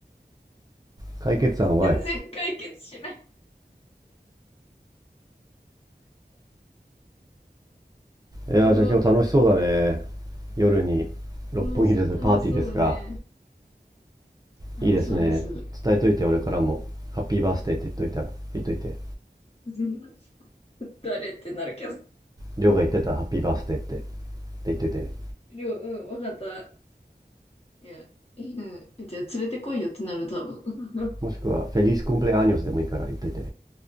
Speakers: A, on the right; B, on the left.
A: 解決案はい
B: と全然解決しない。やば。
A: いやーじゃあ今日楽しそうだね夜に六本木でパーティーですか
B: 楽し、楽しそうだね。楽しそうです。
A: いいですね伝えといて俺からもハッピーバースデーって言っといた言っといて
B: <laughs> 誰ってなるけど。
A: 亮が言ってたハッピーバースデーってって言っといてね
B: りょう、うん、わかった。いや、うん。じゃあ、連れてこいよってなる、多分。<laughs>
A: もしくはフェリスコンプレアニョスでもいいから言っといて。